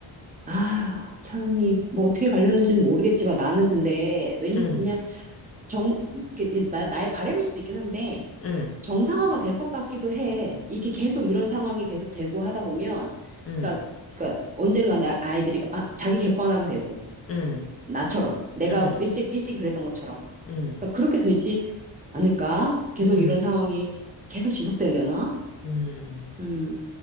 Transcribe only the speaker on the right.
아, 참, 이, 뭐, 어떻게 가려는지는 모르겠지만, 나는 근데, 왠,
그냥, 정, 이게- 이 나- 나의 바람일 수도 있긴 한데,
정상화가 될 것 같기도 해. 이게 계속 이런 상황이 계속 되고 하다 보면,
그러니까, 그러니까, 언젠가는 아- 아이들이, 아, 자기 객관화가 되고,
나처럼, 내가
일찍, 일찍 그랬던 것처럼.
그러니까, 그렇게 되지 않을까? 계속
이런 상황이 계속 지속되려나?
음,